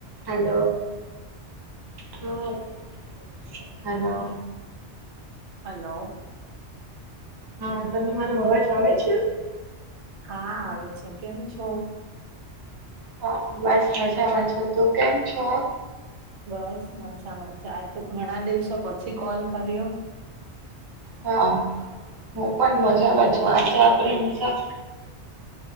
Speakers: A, on the right (about 25°); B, on the right (about 75°).
A: Hello. હ, hello.
B: Hello.
A: હા, તમને મારો અવાજ આવે છે?
B: હા, આવે છે. કેમ છો?
A: હા, બસ મજામાં છુ તું કેમ છો?
B: બસ મજા મજા, આજ તો ઘણા દિવસો પછી કોલ કર્યો.
A: હા, હું પણ મજામાં છું આજે આપડે મુસા